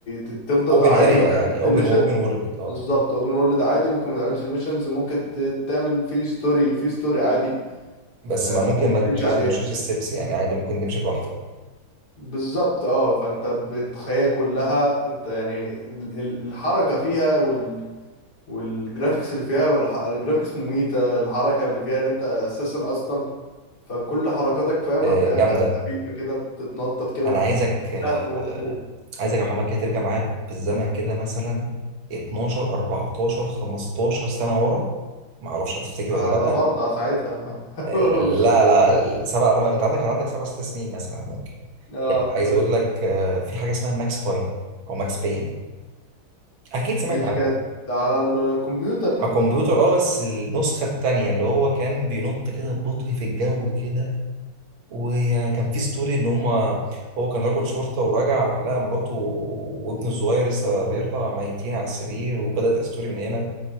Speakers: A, on the left; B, on the right.
A: ت- تفضل
B: اوبن
A: عادي
B: اريا
A: ما تعملش
B: يعني اوبن
A: الميشن
B: اوبن وورلد اه
A: بالظبط اوبن وورلد عادي ممكن ما تعملش الميشنز ممكن ت... تعمل فيه ستوري فيه ستوري عادي
B: بس
A: آه،
B: ما ممكن
A: ممكن
B: ما ت-
A: تمشي
B: مش
A: عليها
B: تمشيش الستبس يعني عادي ممكن تمشي براحتك
A: بالظبط اه فانت بتخيل كلها انت يعني ال- ال- الحركة فيها وال والجرافيكس اللي فيها الح- الجرافيكس مميتة الحركة اللي فيها ان انت اساسا اصلا فكل حركاتك فاهم
B: آه،
A: هتلاقيها
B: جامده
A: خ- خفيفة كده بتتنطط كده
B: انا
A: من
B: عايزك
A: ال- كلها
B: آه،
A: فوق وانت فوق
B: عايزك يا محمد كده ترجع معايا بالزمن كده مثلا 12 14 15 سنه ورا ما اعرفش هتفتكر
A: ما
B: ولا
A: هبقى
B: لا
A: برضه ساعتها
B: آه،
A: ما <laughs> مش
B: لا
A: هبقى
B: لا
A: معاك
B: سبع تمام انت عندك كان عندك سبع ست سنين مثلا ممكن
A: اه قول
B: عايز اقول
A: لي
B: لك آه، في حاجه اسمها ماكس باين او ماكس بين اكيد سمعت
A: دي اللي
B: عنها
A: كانت على الكمبيوتر دي
B: على الكمبيوتر اه بس النسخه التانيه اللي هو كان بينط كده ببطء في الجو كده وكان في ستوري ان هما هو كان رجل شرطة وراجع لقى مراته وابنه الصغير لسه بيرضع ميتين على السرير وبدأت الستوري من هنا